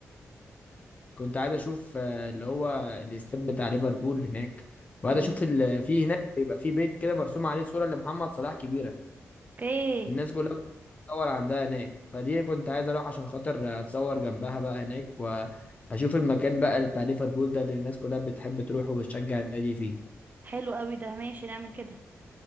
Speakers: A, on the left; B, on the right.
A: كنت عايز اشوف آه، اللي هو الاستاد بتاع ليفربول هناك وعايز
B: اه
A: اشوف ال- في هناك بيبقى في بيت كده مرسوم عليه صورة لمحمد صلاح كبيرة
B: اوكي
A: الناس كلها بتتصور عندها هناك فدي كنت عايز اروح عشان خاطر اتصور جنبها بقى هناك واشوف المكان بقى اللي بتاع ليفربول ده اللي الناس كلها بتحب تروح وتشجع النادي فيه
B: حلو قوي ده ماشي نعمل كده